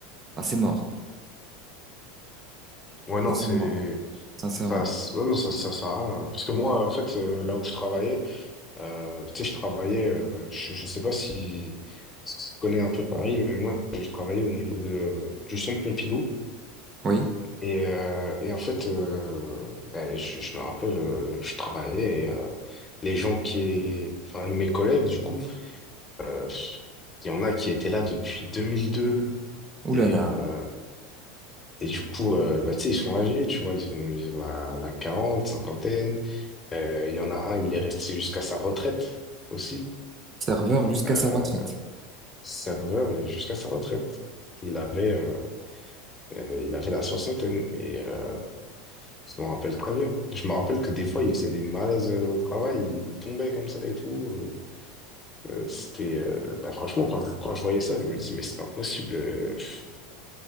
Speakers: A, on the right; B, on the left.
A: ah, c'est mort.
B: Ouais, non,
A: Sincèrement.
B: c'est.
A: Sincèrement.
B: Ça, s- ouais, non, ça, ça sert à rien. hein. Parce que moi, en fait, euh, là où je travaillais, euh, tu sais, je travaillais, euh, je, je sais pas si, si tu connais un peu Paris, mais moi, j'ai travaillé au niveau de, du centre Pompidou.
A: Oui.
B: Et, euh, et en fait, euh, ben, je, je me rappelle, euh, je travaillais, et, euh, les gens qui. Enfin, mes collègues, du coup, euh, il y en a qui étaient là depuis 2002.
A: Ouh
B: Et,
A: là là.
B: euh, et du coup, euh, bah, tu sais, ils sont âgés, tu vois, ils ont, ils ont la, la 40, cinquantaine. Euh, Il y en a un, il est resté jusqu'à sa retraite aussi.
A: Serveur jusqu'à
B: Euh,
A: sa retraite.
B: serveur et jusqu'à sa retraite. Il avait, euh, euh, il avait la soixantaine et euh, je m'en rappelle très bien. Je me rappelle que des fois, il faisait des malaises euh, au travail, il tombait comme ça et tout. Euh, euh, c'était, euh, bah, franchement, quand, quand je voyais ça, je me dis, mais c'est pas possible. Euh, faut